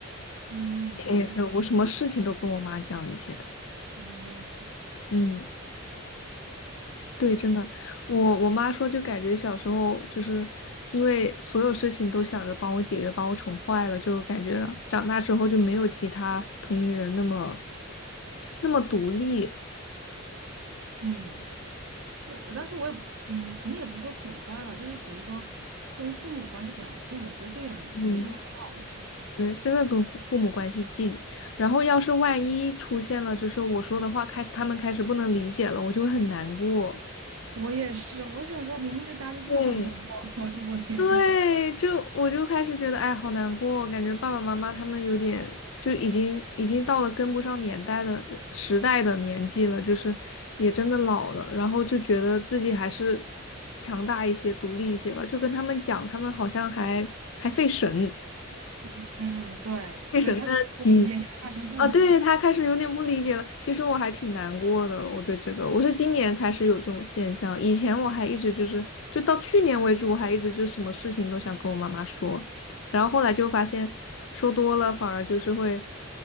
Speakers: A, on the right; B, on the left.
A: 嗯，
B: 以前也是，
A: 有这种，
B: 我什么事情都跟我妈讲，以前，
A: 嗯，我也是
B: 嗯。
A: 妈宝，
B: 对，真的，我我妈说，就感觉小时候就是因为所有事情都想着帮我解决，把我宠坏了，就感觉长大之后就没有其他同龄人那么那么独立。
A: 嗯。是，但是我也嗯，可能也不是说宠坏了吧，就是只是说跟父母关系比较近，我觉得这也没什么不好的。
B: 嗯
A: 其实
B: 对，真的跟父父母关系近。然后要是万一出现了，就是我说的话开，他们开始不能理解了，我就会很难过。
A: 我也是，我想说明明就大家都这么好的朋友，
B: 对，
A: <laughs> 这么多年。
B: 对，就我就开始觉得，哎，好难过，感觉爸爸妈妈他们有点就已经已经到了跟不上年代的呃时代的年纪了，就是也真的老了，然后就觉得自己还是强大一些、独立一些吧。就跟他们讲，他们好像还还费神，
A: <laughs> 嗯，对对，
B: 费神在听。
A: 他试图理解你，但发现不能。
B: 啊，对，他开始有点不理解了。其实我还挺难过的，我对这个，我是今年开始有这种现象，以前我还一直就是，就到去年为止，我还一直就什么事情都想跟我妈妈说，然后后来就发现说多了反而就是会